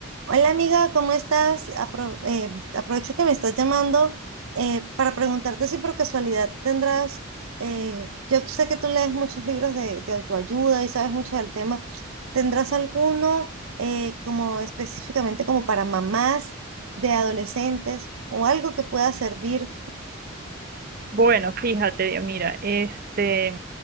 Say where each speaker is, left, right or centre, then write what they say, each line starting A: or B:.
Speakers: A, on the right; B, on the right.
A: Hola amiga, ¿cómo estás? Apro- eh, aprovecho que me estás llamando eh, para preguntarte si por casualidad tendrás, eh, yo sé que tú lees muchos libros de, de autoayuda y sabes mucho del tema, ¿tendrás alguno eh, como específicamente como para mamás de adolescentes o algo que pueda servir?
B: Bueno, fíjate, Dios, mira, este,